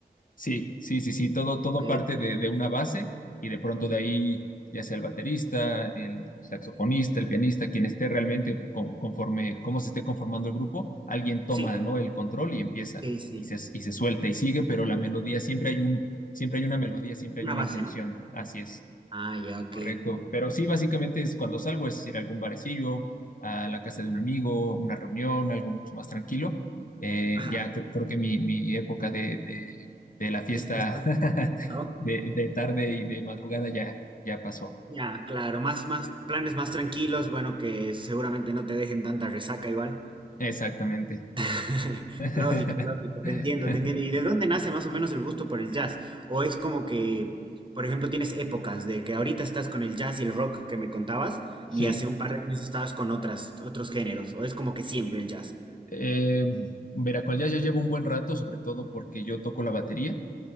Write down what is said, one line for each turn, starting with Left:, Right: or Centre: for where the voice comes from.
Left: Sí, sí, sí, sí, todo, todo
Right: Ok.
Left: parte de, de una base y de pronto de ahí, ya sea el baterista, el saxofonista, el pianista, quien esté realmente con- conforme, cómo se esté conformando el grupo, alguien toma,
Right: Sí,
Left: ¿no? el control y empieza
Right: sí, sí.
Left: y se, y se suelta y sigue, pero la melodía siempre hay un, siempre hay una melodía, siempre
Right: Una
Left: hay una
Right: base,
Left: intención.
Right: ¿no?
Left: Así es.
Right: Ah, ya, ok.
Left: Correcto, pero sí, básicamente es cuando salgo, es ir a algún barecillo, a la casa de un amigo, una reunión, algo mucho más tranquilo. Eh,
Right: Ajá,
Left: ya cre- creo que mi, mi época de, de- de la fiesta
Right: de fiesta,
Left: <laughs>
Right: ¿no?
Left: de, de tarde y de madrugada ya, ya pasó.
Right: Ya, claro, más, más, planes más tranquilos, bueno, que seguramente no te dejen tanta resaca igual.
Left: Exactamente.
Right: <laughs>
Left: <laughs>
Right: Lógico, lógico, te entiendo, te entiendo. ¿Y de dónde nace más o menos el gusto por el jazz? ¿O es como que, por ejemplo, tienes épocas de que ahorita estás con el jazz y el rock que me contabas y
Left: Sí.
Right: hace un par de años estabas con otras, otros géneros? ¿O es como que siempre el jazz?
Left: Eh, Veracruz ya, ya llevo un buen rato, sobre todo porque yo toco la batería.